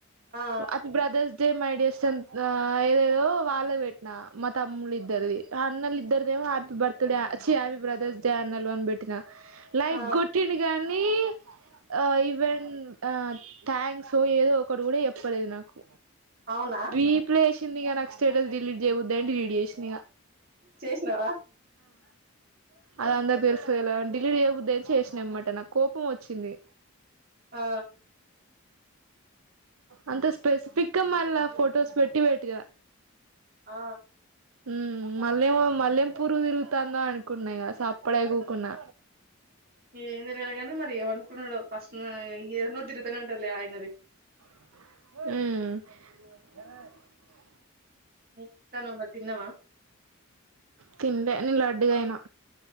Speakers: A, on the right (about 45°); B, on the right (about 75°).
A: ఆ
B: ఆపి బ్రదర్స్ సేమ్ ఐడియస్టన్ ఆ ఏదేదో వాళ్ళకు పెట్టినా మా తమ్ముళ్ళిద్దరిది ఆ అన్నలిద్దరిదేమో హ్యాపీ బర్త్డేచ్చి హ్యాపీ బ్రదర్స్ డే అన్నలు అని పెట్టినా లైక్
A: ఆ
B: గొట్టిండి గా నీ ఆ ఇవెన్ ఆ థ్యాంక్స్ ఏదో ఒకటి కూడా చెప్పలేదు నాకు
A: అవునా
B: బీ ప్లేష్ ందిగా నాకు స్టేటస్ డిలీట్ చెయ్ బుద్దైంది లీట్ చేషినిగ
A: చేస్నావా
B: అది అందరు తెలుసులా డిలీట్ చేయ్బుద్దై చేష్నెమ్మట నాక్కోపం ఓ చ్చింది
A: ఆ
B: అంతే స్పెసిఫిక్ ఇంకా మళ్ళా ఫొటోస్ పెట్టి పెటుగా
A: ఆ
B: మ్ మళ్ళేమో మళ్ళేం పురుగుతిరుగుతాందో అనుకున్నా ఇగ సప్పుడైగూకున్నా
A: ఇది ఏందిరిలాగాని మరి ఇవన్ ఫుల్లో ఫస్ నో ఏందో తిరుగుతనే ఉంటదిలే ఆయనది
B: మ్
A: <inaudible> తిన్నవా
B: తిండే నే లడ్డుగయినా